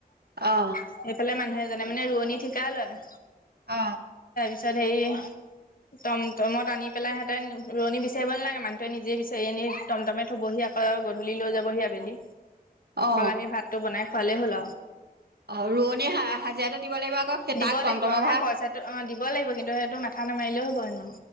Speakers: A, on the right (about 80°); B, on the left (about 60°).
A: অ
B: সেইফালে মানুহে জনে মানে ৰোৱনী ঠিকা লয়
A: অ
B: চৰি তটম তটমত আনি পেলাই সিহঁতেন ৰোৱণী বিচাৰিব নালাগে মানুহোৱে নিজে বিচাৰি এনি মটমে থবহি আকৌ গধূলি লৈ যাবহি আবেলি
A: অ
B: অকল আমি ভাতটো বনাই ভালে হ'ল
A: অ ৰোৱনী হা হাজিৰাটো দিব লাগিব আকৌ সেই
B: দিব
A: তাক টমটমৰ
B: লাগিব অ সেই
A: ভাড়া
B: পইচাটো অ দিব লাগিব কিন্তু সেইটো মাথা নোমাৰিলেও হ'বই ন